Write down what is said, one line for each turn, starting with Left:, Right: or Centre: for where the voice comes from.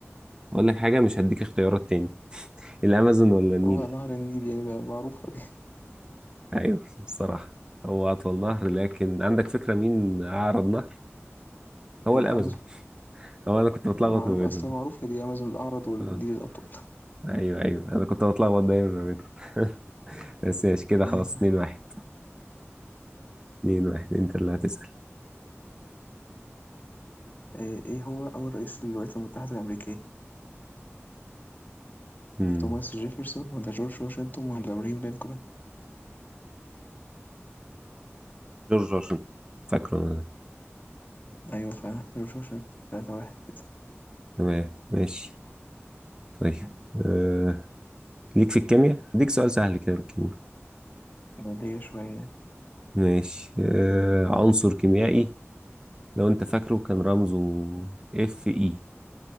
Right: أقول لك حاجة مش هديك اختيارات تاني الأمازون ولا النيل؟
Left: هو نهر النيل يعني بقى معروفة دي
Right: أيوه الصراحة هو أطول نهر لكن عندك فكرة مين أعرض نهر؟ هو
Left: <laughs> الأمازون
Right: الأمازون هو أنا كنت بتلخبط
Left: معروف
Right: ما بينهم
Left: أصلا معروفة دي أمازون الأعرض والنيل
Right: آه.
Left: الأطول
Right: ايوه ايوه انا كنت بتلخبط دايما ما بينهم <laughs> بس ماشي كده
Left: <laughs>
Right: خلاص
Left: أيوة
Right: 2
Left: آه،
Right: 1 2 1 انت اللي هتسأل
Left: إيه إيه هو أول رئيس للولايات المتحدة الأمريكية
Right: امم
Left: توماس جيفرسون ولا جورج واشنطن ولا إبراهيم لينكولن
Right: جورج واشنطن فاكره انا ده.
Left: أيوة فعلا جورج واشنطن تلاتة واحد كده
Right: تمام ماشي طيب آه. ليك في الكيمياء اديك سؤال سهل كده في الكيمياء
Left: مولية شوية يعني.
Right: ماشي آه. عنصر كيميائي لو انت فاكره كان رمزه اف اي